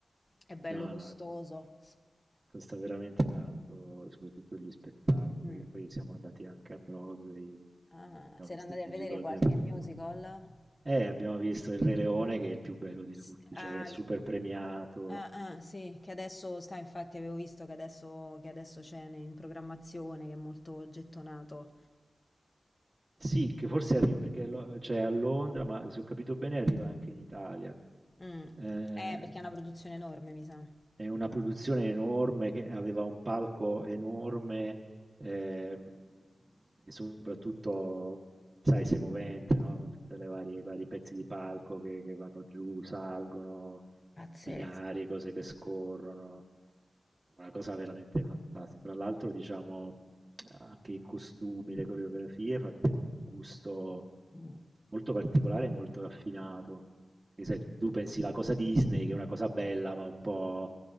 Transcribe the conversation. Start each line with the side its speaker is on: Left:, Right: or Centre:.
Left: è bello
Right: no,
Left: costoso.
Right: no, costa veramente tanto, soprattutto gli spettacoli.
Left: Mm.
Right: Poi, poi siamo andati anche a Broadway,
Left: Ah,
Right: abbiamo
Left: siete
Right: visto
Left: andati
Right: il
Left: a
Right: musical
Left: vedere qualche
Right: del Re Leone.
Left: musical?
Right: Eh, abbiamo visto Il Re Leone che è il più bello di
Left: S-
Right: tutti,
Left: ah,
Right: cioè è super
Left: che-
Right: premiato.
Left: ah, ah, sì, che adesso sta, infatti avevo visto che adesso, che adesso c'è ne- in programmazione, che è molto gettonato.
Right: Sì, che forse arriva perché lo- cioè, a Londra, ma se ho capito bene arriva anche in Italia.
Left: Mm.
Right: Eh,
Left: Eh, perché è una produzione enorme, mi sa.
Right: è una produzione enorme che aveva un palco enorme ehm, e soprattutto, sai, sei movente, no? Con tutti i vari vari pezzi di palco che, che vanno giù, salgono,
Left: Pazzesco.
Right: binari, cose che scorrono. Una cosa veramente fantastica. Fra l'altro, diciamo, anche i costumi, le coreografie fatte con un gusto
Left: Mm.
Right: molto particolare e molto raffinato. Perché sai, tu pensi la cosa Disney, che è una cosa bella, ma un po'